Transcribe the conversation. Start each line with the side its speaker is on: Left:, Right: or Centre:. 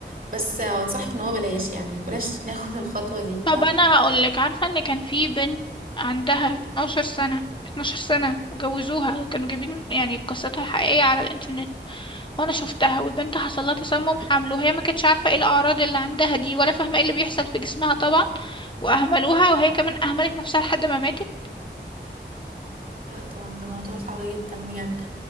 Right: بس انصحك ان هو بلاش يعني بلاش <laughs> ناخد الخطوة دي
Left: طب
Right: فاهمة
Left: انا هقول لك عارفه ان كان في بنت عندها 12 سنه 12 سنه وجوزوها وكانوا جايبين يعني قصتها الحقيقيه على الانترنت وانا شفتها والبنت حصل لها تسمم حمل وهي ما كانتش عارفه ايه الاعراض اللي عندها دي ولا فاهمه ايه اللي بيحصل في جسمها طبعا واهملوها وهي كمان اهملت نفسها لحد ما ماتت
Right: لا طبعا ده موضوع صعب جدا بجد